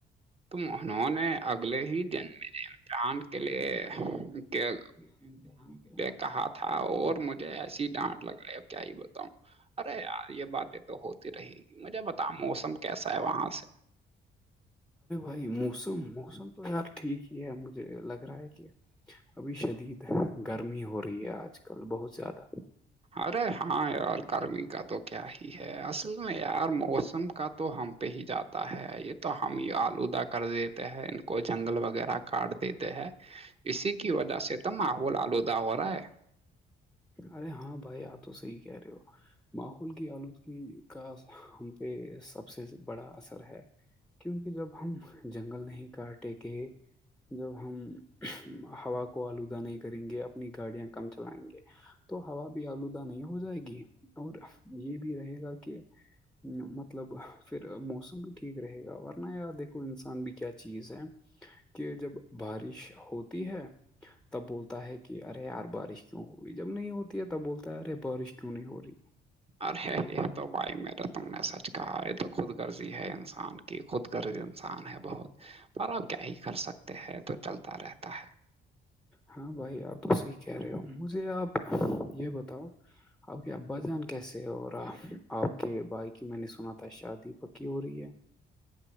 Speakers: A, on the right (about 30°); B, in the centre.
A: تو
B: ارے
A: انہوں نے اگلے ہی جن میں پران کے لیے کیا
B: <unintelligible>
A: کہا تھا اور مجھے ایسی ڈانٹ لگائے کیا یہ بتاؤ ارے یار یہ بات تو ہوتی رہے گی مجھے بتا موسم کیسا ہے وہاں سے
B: بھائی موسم موسم تو یار ٹھیک ہی ہے مجھے لگ رہا ہے کہ ابھی شدید گرمی ہو رہی ہے آج کل بہت زیادہ
A: ارے ہاں یار گرمی کا تو کیا ہے ہے اصل میں یار موسم کا تو ہم پہ ہی جاتا ہے یہ تو ہم ہی آلودہ کر دیتے ہے ان کو جنگل وغیرہ کاٹ دیتے ہیں اسی وجہ سے تو ماحول آلودہ ہو رہا ہے
B: ارے ہاں بھائی آپ تو صحیح کہہ رہے ہو ماحول کی آلود کا ہم پہ سب سے بڑا اثر ہے کیونکہ جب ہم جنگل نہیں کاٹے گ جب ہم ہوا کو آلودہ نہیں کریں گے اپنی گاڑیاں کم چلائیں گے تو ہوا بھی آلودہ نہیں ہو جائے گی اور یہ بھی رہے گا کہ مطلب پھر موسم بھی ٹھیک رہے گا ورنہ یار دیکھو انسان بھی کیا چیز ہے کہ جب بارش ہوتی ہے تب بولتا ہے کہ ارے یار بارش کیوں ہوگئی جب نہیں ہوتی تھا بولتا ہے ارے بارش کیوں نہیں ہو رہی
A: ارے ہے ہی تو بھائی میرا تم نے سچ کہا یہ تو خود غرضی ہے انسان کی کہ خود گغرض انسان ہے بہت پر آپ کیا ہی کر سکتے ہیں تو چلتا رہتا ہے
B: ہاں بھائی آپ تو صحیح کہہ رہے ہو مجھے آپ یہ بتاؤ اب کیا بجان کیس اور آپ کے بھائی کی میں نے سنا تھا شادی پکی ہو رہی ہے